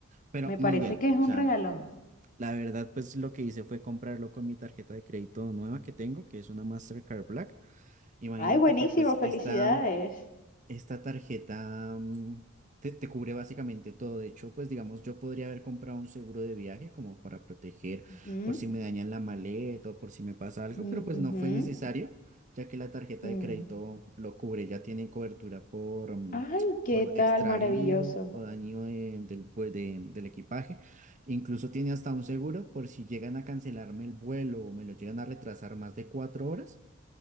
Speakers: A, on the right (about 35°); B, on the left (about 40°).
A: Pero
B: Me parece
A: muy bien,
B: que es
A: o
B: un
A: sea,
B: regalón.
A: la verdad, pues lo que hice fue comprarlo con mi tarjeta de crédito nueva que tengo, que es una Mastercard Black. Imagínate
B: Ay, buenísimo,
A: que pues
B: felicidades.
A: esta esta tarjeta mm, te, te cubre básicamente todo. De hecho, pues digamos, yo podría haber comprado un seguro de viaje como para proteger
B: Ujú,
A: por si me dañan la maleta o por si me pasa algo,
B: mm,
A: pero pues
B: ujú,
A: no fue necesario, ya que la tarjeta
B: mm.
A: de crédito lo cubre. Ya tiene cobertura por, mm,
B: Ay, qué
A: por
B: tal,
A: extravío
B: maravilloso.
A: o daño de- del, vue- de- del equipaje. Incluso tiene hasta un seguro por si llegan a cancelarme el vuelo o me lo llegan a retrasar más de cuatro horas